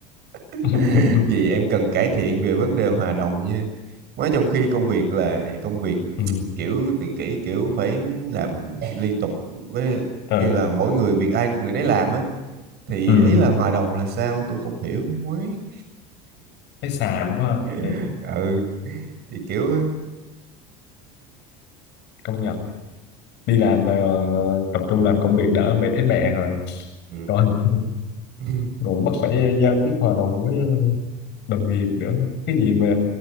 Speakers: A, on the right; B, on the left.
A: <laughs>
B: <laughs>
A: vì em cần cải thiện về vấn đề hòa đồng nha mới trong khi công việc là công việc
B: ừ.
A: kiểu tự kỷ kiểu phải làm liên tục với
B: Ờ.
A: như là mỗi người việc ai người nấy làm á thì
B: ừ.
A: ý là hòa đồng là sao tôi không hiểu mới
B: thấy xàm quá ha.
A: <laughs>
B: thiệt
A: ừ thì kiểu
B: công nhận đi làm ờ, tập trung làm công việc đã mẹ thấy mẹ rồi
A: ừ.
B: còn
A: <laughs>
B: cũng bắt phải giao tiếp hòa đồng với đồng nghiệp nữa cái gì mà